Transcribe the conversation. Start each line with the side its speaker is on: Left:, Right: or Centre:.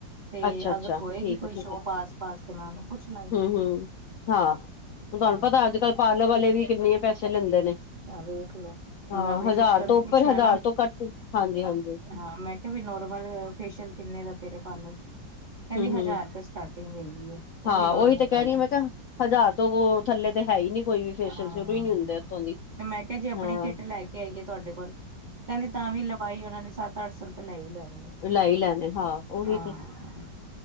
Right: ਤੇ
Left: ਅੱਛਾ ਅੱਛਾ
Right: ਅਗਰ ਹੋਏਗੀ
Left: ਠੀਕ
Right: ਕੋਈ
Left: ਹੈ ਠੀਕ
Right: ਸ਼ੋਪ
Left: ਹੈ
Right: ਆਸ-ਪਾਸ ਤੇ ਮੈਂ ਉਹਨੂੰ ਪੁੱਛ ਲਾਂਗੀ।
Left: ਹੂੰ ਹੂੰ ਹਾਂ, ਹੁਣ ਤੁਹਾਨੂੰ
Right: ਹਾਂ
Left: ਪਤਾ ਅੱਜ ਕੱਲ੍ਹ ਪਾਰਲਰ ਵਾਲੇ ਵੀ ਕਿੰਨੇ ਪੈਸੇ ਲੈਂਦੇ ਨੇ।
Right: ਆ ਵੇਖਲੋ
Left: ਹਾਂ
Right: ਹੁਣ ਮੈਂ ਆਪਣੀ
Left: ਹਜ਼ਾਰ
Right: ਸਿਸਟਰ
Left: ਤੋਂ
Right: ਨੂੰ
Left: ਉੱਪਰ
Right: ਪੁੱਛਿਆ
Left: ਹਜ਼ਾਰ
Right: ਨਾ।
Left: ਤੋਂ ਘੱਟ ਹਾਂਜੀ ਹਾਂਜੀ
Right: ਹਾਂ, ਮੈਂ ਕਿਹਾ ਵੀ। ਨੋਰਮਲ ਫੇਸ਼ੀਅਲ ਕਿੰਨੇ ਦਾ ਤੇਰੇ ਪਾਰਲਰ ਚ? ਕਹਿੰਦੀ
Left: ਹੂੰ, ਹੂੰ।
Right: ਹਜ਼ਾਰ ਰੁਪਏ ਸਟਾਰਟਿੰਗ ਹੈਗੀ ਹੈ ਉਹ
Left: ਹਾਂ
Right: ਵੀ ਨੋਰਮਲ
Left: ਉਹੀ ਤੇ ਕਹਿ
Right: ਵਾਲਾ
Left: ਰਹੀ ਐ ਮੈਂ ਕਿਹਾ ਹਜ਼ਾਰ ਤੋਂ ਥੱਲੇ। ਪਹਿਲੇ ਤੇ ਹੈ ਹੀ ਨਹੀਂ ਕੋਈ ਫੇਸੀਅਲ
Right: ਹਾਂ
Left: ਸ਼ੁਰੂ ਹੀ ਨੀ ਹੁੰਦੇ ਉੱਥੋ ਦੀ।
Right: ਤੇ ਮੈਂ ਕਿਹਾ ਜੇ ਆਪਣੀ
Left: ਹਾਂ
Right: ਕਿੱਟ ਲੈ ਕੇ ਆਈਏ ਤੁਹਾਡੇ ਕੋਲ। ਕਹਿੰਦੀ ਤਾਂ ਵੀ ਲਵਾਈ ਉਹਨਾਂ ਨੇ ਸੱਤ ਅੱਠ ਸੌ ਰੁਪਏ ਲੈ ਹੀ ਲੈਣੀ ਹੈ
Left: ਲਾਈ ਲੈਣੇ। ਹਾਂ, ਉਹ ਵੀ
Right: ਹਾਂ
Left: ਤੇ।